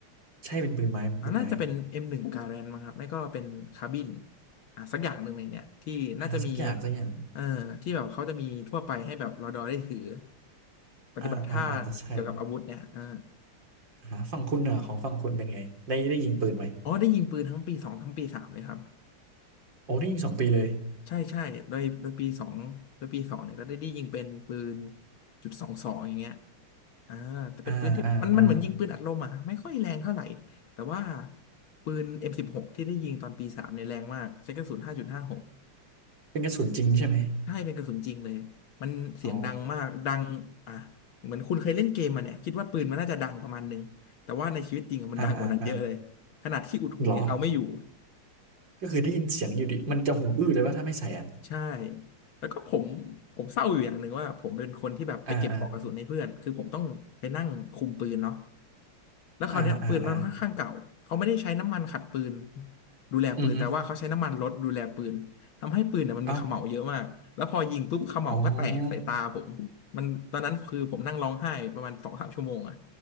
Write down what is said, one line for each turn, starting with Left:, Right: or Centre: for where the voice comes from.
Right: ใช่เป็นปืนไม้เป็นปืนไม้
Left: อ่าน่าจะเป็น M1 Garand มั้งครับไม่ก็เป็นคาบินอ่าสักอย่างหนึ่งในเนี่ยที่น่าจะมี
Right: อ่าสักอย่างสักอย่าง
Left: เอ่อที่แบบเขาจะมีทั่วไปให้แบบรอดอได้ถือปฏิบัติท่าเกี่ยวกับอาวุธเนี่ยอ่า
Right: อ่าอ่าอาจจะใช่อ่าฝั่งคุณเน่ะของฝั่งคุณเป็นไงได้ได้ยิงปืนไหม
Left: อ๋อได้ยิงปืนทั้งปีสองทั้งปีสามเลยครับ
Right: โอ้ได้ยิงสองปีเลย
Left: ใช่ใช่โดยโดยปีสองโดยปีสองเนี่ยก็ได้ได้ยิงเป็นปืนจุดสองสองอย่างเงี้ยอ่าแต่เป็นปืนที่มันมันเหมือนยิงปืนอัดลมอ่ะไม่ค่อยแรงเท่าไหร่แต่ว่า
Right: อ่าอ่าอ่า
Left: ปืน M16 ที่ได้ยิงตอนปีสามเนี่ยแรงมากใช้กระสุนห้าจุดหาหก
Right: เป็นกระสุนจริงใช่ไหม
Left: ใช่เป็นกระสุนจริงเลยมันเสียงดังมากดังอ่ะ
Right: อ๋อ
Left: เหมือนคุณเคยเล่นเกมมาเนี่ยคิดว่าปืนมันน่าจะดังประมาณนึงแต่ว่าในชีวิตจริงอะมันดังกว่านั้นเยอะเลย
Right: อ่าอ่าอ่า
Left: ขนาดที่อุดหูยังเอาไม่อยู่
Right: เหรอก็คือได้ยินเสียงอยู่ดิ มันจะหูอื้อเลยว่าถ้าไม่ใส่อ่ะ
Left: ใช่ แล้วก็ผมผมเศร้าอยู่อย่างหนึ่งว่าผมเป็นคนที่แบบไปเก็บปลอกกระสุนให้เพื่อนคือผมต้องไปนั่งคุมปืนเนาะ
Right: อ่าอ่า
Left: แล้วคราวเนี้ยปืนมันค่อนข้างเก่าเขาไม่ได้ใช้น้ำมันขัดปืน
Right: อ่าอ่าอ่า
Left: ดูแลปืนแต่ว่าเขาใช้น้ำมันรถดูแลปืนทำให้ปืนเนี่ยมันมีเขม่าเยอะมากแล้วพอยิงปุ๊บเขม่าก็แตกใส่ตาผมมันตอนนั้นคือผมนั่งร้องไห้ประมาณสองสามชั่วโมงอะ
Right: อือฮึเอ้าอ๋อ